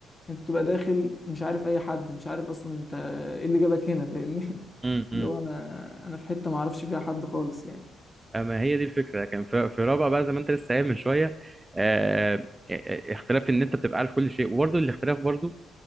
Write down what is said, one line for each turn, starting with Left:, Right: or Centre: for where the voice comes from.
Left: انت بتبقى داخل مش عارف اي حد مش عارف اصلا انت ايه اللي جابك هنا فاهمني <laughs>
Right: امم امم
Left: اللي هو انا انا في حته ما اعرفش فيها حد خالص يعني
Right: اما هي دي الفكره كان في في رابعه بقى زي ما انت لسه قايل من شويه آه، آه، آه، اختلاف ان انت بتبقى عارف كل شيء وبرضه الاختلاف برضه